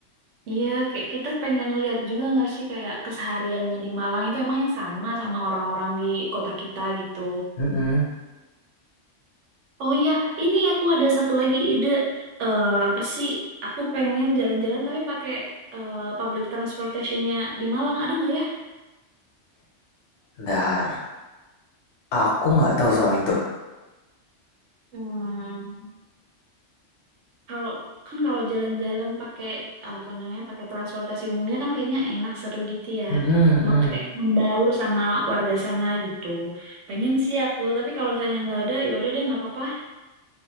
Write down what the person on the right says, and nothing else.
Iya, kayak kita pengen lihat juga nggak sih kayak kesehariannya di Malang itu emang yang sama sama orang-orang di kota kita gitu.
Oh ya, ini aku ada satu lagi ide. Eh, apa sih? Aku pengen jalan-jalan tapi pakai eh, public transportationnya di Malang ada nggak ya?
Hmm, kalau kan kalau jalan-jalan pakai apa namanya pakai transportasi umumnya kan kayaknya enak seru gitu ya.
Mau
kayak membaur sama warga sana gitu. Pengen sih aku, tapi kalau misalnya nggak ada, ya udah deh nggak apa-apa.